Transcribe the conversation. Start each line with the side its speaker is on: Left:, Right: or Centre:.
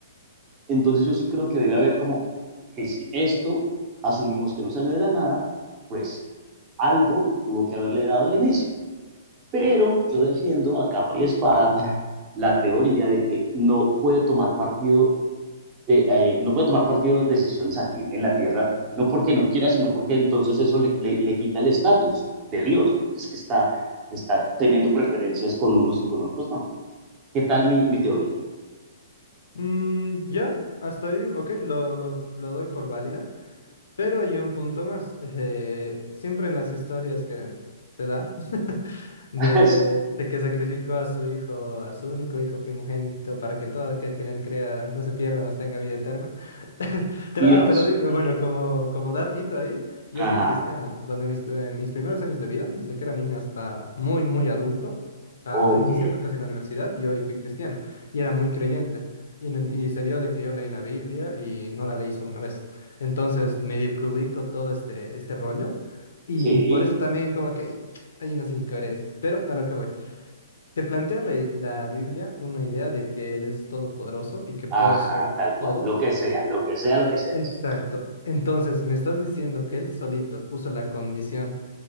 Right: Entonces yo sí creo que debe haber como que si esto asumimos que no sale de la nada, pues algo tuvo que haberle dado al inicio. Pero yo defiendo a capa y espada la teoría de que no puede tomar partido de, eh, no puede tomar partido en las decisiones aquí en la tierra, no porque no quiera, sino porque entonces eso le, le, le quita el estatus de Dios, porque es que está, está teniendo preferencias con unos y con otros, no. ¿Qué tal mi, mi teoría?
Left: Mm, ya, hasta ahí, ok, lo, lo, lo doy por válida. Pero hay un punto más. eh, siempre en las historias que se da de,
Right: <laughs>
Left: de que sacrificó a su hijo, a su único hijo primogénito, para que todo aquel que en él crea no se pierda, mas tenga vida eterna. Te
Right: Dios
Left: lo- ah, te lo digo,
Right: mío.
Left: bueno, como, como datito ahí, yo
Right: Ajá,
Left: fui cristiano, donde mis, eh, mis primeros años de vida, desde que era niño hasta muy, muy adulto, ah,
Right: ok,
Left: iniciando casi la universidad, yo ahí fui cristiano y era muy creyente. Y, en el- y se dio de que yo leí la Biblia y no la leí solo una vez. Entonces, medio que ubico todo este, este rollo y
Right: sí,
Left: por eso también como que hay, hay unas incoherencias, pero a lo que voy. Te plantea la, la Biblia una idea de que Él es todopoderoso y que puede
Right: ajá,
Left: hacer
Right: tal cual,
Left: todo
Right: lo que sea, lo que sea, lo que sea,
Left: Exacto.
Right: sí.
Left: Entonces, me estás diciendo que él solito puso la condición